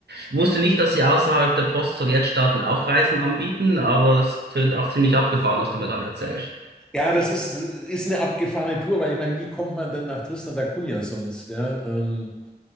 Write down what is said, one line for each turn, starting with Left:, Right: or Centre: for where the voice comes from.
Right: Wusste nicht, dass sie außerhalb der Post-Sowjetstaaten auch Reisen anbieten, aber es tönt auch ziemlich abgefahren, was du mir gerade erzählst.
Centre: Ja, das ist, ist eine abgefahrene Tour, weil ich meine, wie kommt man denn nach Tristan da Cunha sonst? Ja, ähm,